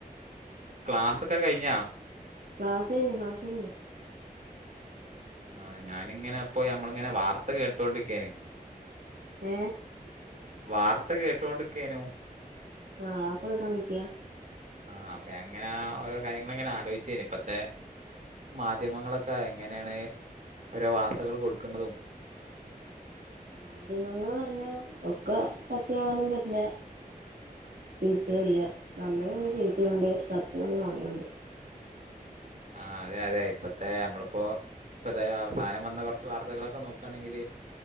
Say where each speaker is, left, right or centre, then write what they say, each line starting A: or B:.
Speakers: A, on the right; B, on the right.
A: ക്ലാസ്ക്കെ കഴിഞ്ഞാ
B: ക്ലാസ്സ്‌ കഴിഞ്ഞു
A: ആ ഞാനിങ്ങനെ പോയി നമ്മള ഇങ്ങനെ വാർത്ത കേട്ടൊണ്ടിരിക്കയാണ്
B: ഏ
A: വാർത്ത കേട്ടുകൊണ്ടിക്കനു
B: ആഹ് വാർത്ത കെ ട്ടോണ്ടിക്കയാ
A: ആഹ അപ്പൊ എങ്ങനെ ഓരോ കാര്യങ്ങളൾ എങ്ങനെ ആലോചിച്ചുന് ഇപ്പഴത്തെ മാധ്യമങ്ങളൊക്കെ എങ്ങനെയാണ് ഓരോ വാർത്തകൾ കൊടുക്കുന്നതും
B: മാധ്യമങ്ങള്ൾ പറഞ്ഞ ഒക്കെ സത്യയാവാനും പറ്റില്ല ചീപ്പ ഇല്ല നല്ലതൊണ്ട് ചീപ്പിയ ഉണ്ട് സത്യംണ്ട് നോണയുണ്ട്
A: ആഹ അതെ അതെ ഇപ്പത്തെ നമ്മളിപ്പോ ഇപ്പഴത്തെ അവസാനം വന്ന കുറച്ച് വാർത്തകളൊക്കെ നോക്കുകയാണെങ്കിൽ